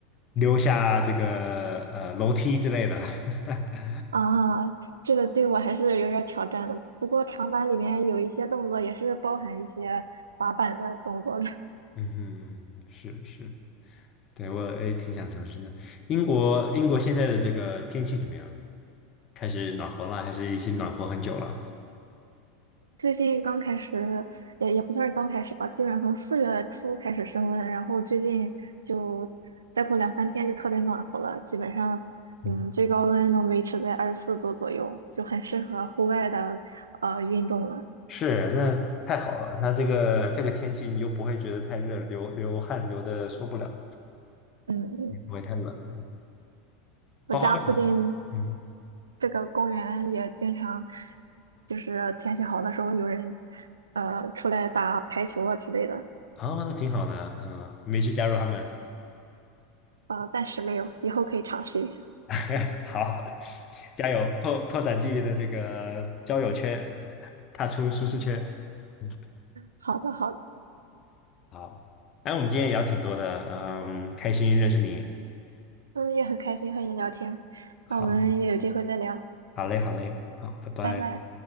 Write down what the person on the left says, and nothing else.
溜下这个呃楼梯之类的。<laughs>
嗯哼，是是，对，我也挺想尝试的。英国英国现在的这个天气怎么样？开始暖和了，还是已经暖和很久了？
嗯，
是，那太好了。那这个这个天气，你就不会觉得太热，流流汗流的受不了，
不会太冷。
花花们，嗯，
啊，那挺好的啊嗯，没去加入他们，
<laughs> 好，加油，拓拓展自己的这个交友圈，踏出舒适圈。嗯
好，哎，我们今天也聊挺多的，嗯，开心认识你。
好，
好嘞，好嘞，好，拜拜。